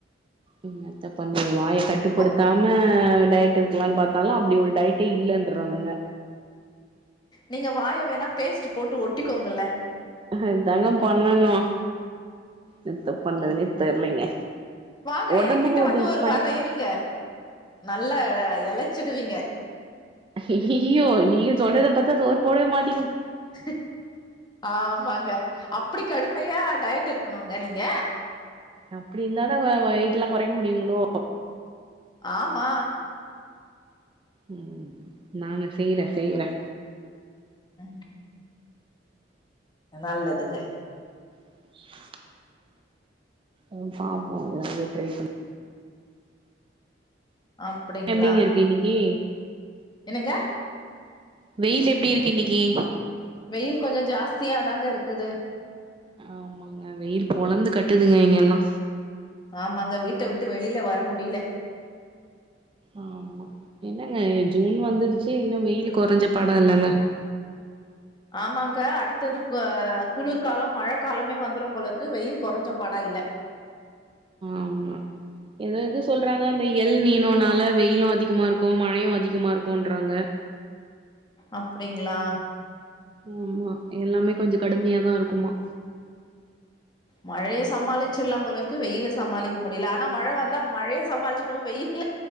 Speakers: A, on the right; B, on the left.
A: என்னத்த பண்றது வாய கட்டுப்படுத்தாம
B: கோ
A: டைட் டு இருக்கலாம்னு பாத்தாலு அப்டியே ஒரு டைட்டே இல்லலைன்றானுங்க
B: நீங்க வாய வேணா பேஸ்ட் போட்டு ஒட்டிக்கோங்கல்ல
A: இதுதாங்க பண்ணணு என்னத்த பண்றதுன்னே
B: உம்
A: தெர்லைங்க
B: ம் வாங்க
A: ஒடம்புக்கு
B: என் கிட்ட
A: கொஞ்சோ
B: வந்து ஒரு
A: படு
B: வாரோ இருங்க நல்லா இழச்சிடுவீங்க
A: ஐய்ஐயோ நீங்க சொல்றத பாத்தா சோறு போடவே மாட்
B: க் ஆமாங்க அப் இப்டி கடுமையா டயட் இருக்கணுங்க நீங்க
A: அப்டி இருந்தாதாங்க வயிடுலா கொறைக்க முடியுங்களோ
B: ஆமா
A: ம் நானு செய்றே செய்றே
B: அ நல்லாலதுங்க
A: <inaudible> ம் பாப்போ ஏதாவது ட்ரை பண்
B: அப்டிங்களா
A: எப்டிங்க இருக்கு இன்னிக்கு
B: என்னங்க
A: வெயில் எப்டி இருக்கு இன்னகக்கு
B: வெயில் கொஞ்ச ஜாஸ்தியாதாங்க இருக்குது
A: ஆமாங்க வெயில் பொலந்து கட்டுதுங்க இங்கெல்லா
B: ஆமாங்க வீட்ட விட்டு வெளியில வர முடில
A: ஆமா என்னங்க ஜூன் வந்துடுச்சு இன்னு வெயில் கொறஞ்ச பாடா இல்லங்க <inaudible>
B: ஆமாங்க அடுத்தது கா குளிர்கால மழ காலமே வந்துரு போல இருக்கு வெயில் கொறஞ்ச பாடா இல்ல
A: ஆமா எதோ எதோ சொல்றாங்க அந்த எல் நீனுனால வெயிலு அதிகமா இருக்கு மழையு அதிகமா இருக்குன்றாங்க <inaudible>
B: அப்டிங்களா
A: ஆமா எல்லாமே கொஞ்ச கடுமையாதா இருக்குமா
B: மழைய சமாளிச்சிட்லா போலருக்கு வெயில சமாளிக்க முடியல ஆனா மழ வந்தா மழைய சமாளிச்சிட்வோ வெயில்